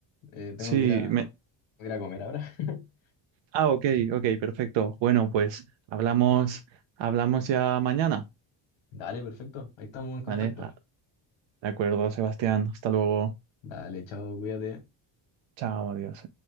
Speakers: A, on the left; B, on the right.
A: eh, tengo
B: sí,
A: que ir a,
B: me...
A: ir a comer ahora. <laughs>
B: Ah, ok, ok, perfecto. Bueno, pues hablamos, hablamos ya mañana,
A: Dale, perfecto. Ahí estamos en contacto.
B: ¿vale? Ah, de acuerdo, Sebastián. Hasta luego.
A: Dale, chao, cuídate.
B: Chao, adiós.